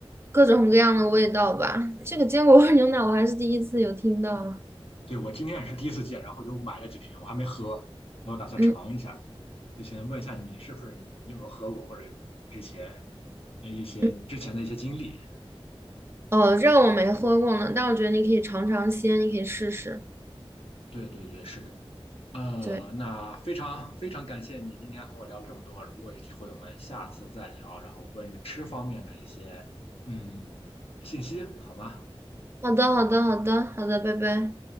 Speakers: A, on the right (about 25°); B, on the left (about 70°).
A: 各种各样的味道吧，这个坚果味儿牛奶我还是第一次有听到啊，
B: 对，我今天也是第一次见，然后就买了几瓶，我还没喝，然后打算尝一下。
A: 嗯
B: 就先问一下你是不是你，你有没有喝过，或者有没有之前呃一些之前的一些经历？
A: 嗯，哦，这个我没喝过呢，但我觉得你可以尝尝鲜，你可以试试，
B: 对对对，是的。呃，
A: 对，
B: 那非常非常感谢你今天和我聊了这么多。如果有机会，我们下次再聊，然后关于吃方面的一些嗯信息，好吗？
A: 好的好的好的好的，拜拜。